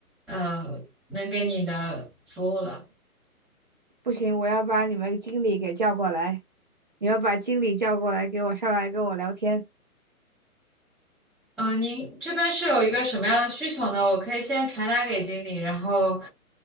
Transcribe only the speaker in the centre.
呃，能给你的服务了。
呃，您这边是有一个什么样的需求呢？我可以先传达给经理，然后